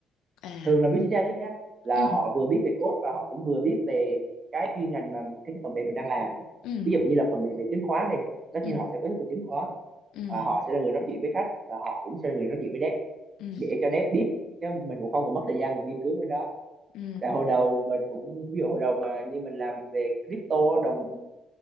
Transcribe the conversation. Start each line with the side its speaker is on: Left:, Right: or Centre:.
Left: À.
Right: thường là business analyst nhá là
Left: Ừ.
Right: họ vừa biết về code và họ cũng vừa biết về cái chuyên ngành mà cái, cái phần mềm mình đang làm
Left: Ừ.
Right: ví dụ như là phần mềm về chứng khoán đi tất
Left: Ừ.
Right: nhiên là họ sẽ có thức về chứng khoán
Left: Ừ.
Right: và họ sẽ là người nói chuyện với khách và họ cũng sẽ là người nói chuyện với dev
Left: Ừ.
Right: để cho dev biết chứ mình cũng không còn mất thời gian còn nghiên cứu cái đó
Left: Ừ.
Right: tại hồi đầu mình cũng ví dụ hồi đầu mà như mình làm về crypto á, đồng